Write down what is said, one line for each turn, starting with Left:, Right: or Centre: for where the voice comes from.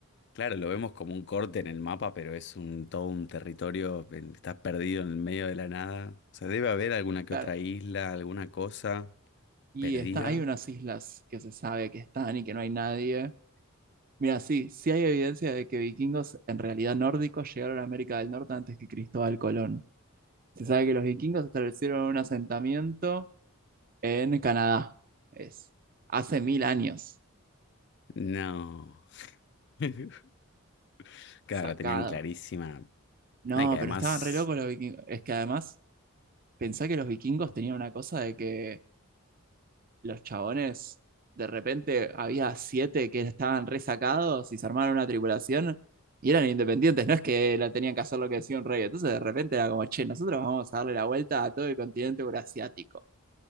Left: Claro, lo vemos como un corte en el mapa, pero es un todo un territorio, en- estás perdido en el medio de la nada. O sea, debe haber alguna que
Right: Claro.
Left: otra isla, alguna cosa
Right: Y
Left: perdida.
Right: está, hay unas islas que se sabe que están y que no hay nadie. Mira, sí, sí hay evidencia de que vikingos en realidad nórdicos llegaron a América del Norte antes que Cristóbal Colón. Se sabe que los vikingos establecieron un asentamiento en Canadá. Es hace mil años.
Left: No. <laughs> Claro,
Right: Sacado.
Left: la tenían clarísima.
Right: No,
Left: Ay, que además,
Right: pero estaban re locos los vikingos. Es que además, pensá que los vikingos tenían una cosa de que los chabones, de repente había siete que estaban resacados y se armaron una tripulación y eran independientes, no es que la tenían que hacer lo que decía un rey. Entonces de repente era como, che, nosotros vamos a darle la vuelta a todo el continente eurasiático.